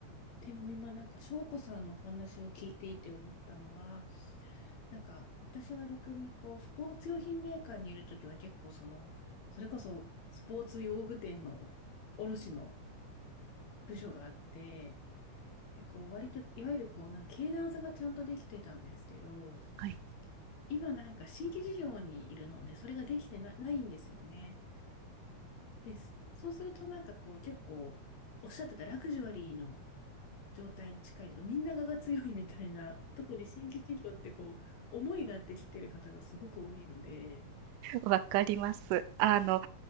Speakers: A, on the left; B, on the right.
A: でも今なんか、翔子さんのお話を聞いていて思ったのは、なんか、私は逆にこう、スポーツ用品メーカーにいるときは結構その、それこそスポーツ用具店の卸の部署があって、結構割と、いわゆるこう、なんか、経団差がちゃんとできてたんですけど、
B: はい、
A: 今なんか新規事業にいるので、それができてな、ないんですよね。で、そうするとなんかこう、結構、おっしゃってたラグジュアリーの状態に近いというか、みんながが強いみたいな、特に新規事業ってこう、思いがあってきてる方がすごく多いので、
B: わかります。あの